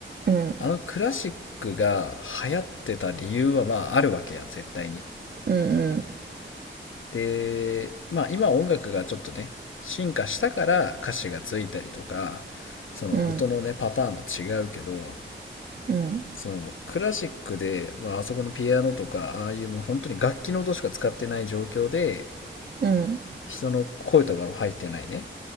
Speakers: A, on the right; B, on the left.
A: うん
B: あのクラシックが流行ってた理由はまああるわけや絶対に。
A: うん
B: でまあ今音楽がちょっとね進化したから歌詞がついたりとかその音のねパターンも違うけど
A: うんうんうん
B: そのクラシックで、まあ、あそこのピアノとかああいうもう本当に楽器の音しか使ってない状況で
A: うん
B: 人の声とかも入ってないね